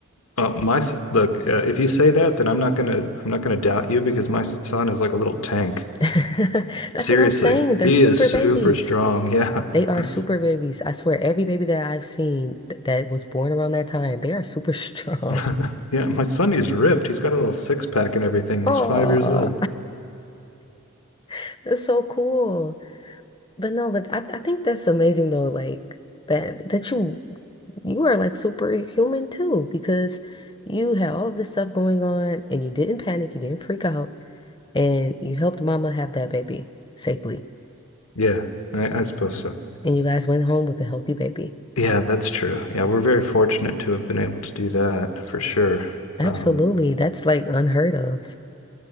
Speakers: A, on the left; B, on the left.
A: Uh, my son, look, uh, if you say that, then I'm not gonna I'm not gonna doubt you because my son is like a little tank.
B: <laughs> That's
A: Seriously,
B: what I'm saying. They're
A: he
B: super
A: is super
B: babies.
A: strong. Yeah.
B: They are
A: <laughs>
B: super babies. I swear, every baby that I've seen th that was born around that time, they are super strong.
A: <laughs>
B: <laughs>
A: Yeah, my son, he's ripped. He's got a little six pack and everything, and
B: Oh,
A: he's five years old.
B: <laughs> that's so cool. But no, but I, I think that's amazing though, like that that you you are like superhuman too, because you had all of this stuff going on and you didn't panic, you didn't freak out, and you helped mama have that baby safely.
A: Yeah, I, I suppose so.
B: And you guys went home with a healthy baby.
A: Yeah, that's true. Yeah, we're very fortunate to have been able to do that for sure.
B: Absolutely.
A: Um,
B: That's like unheard of.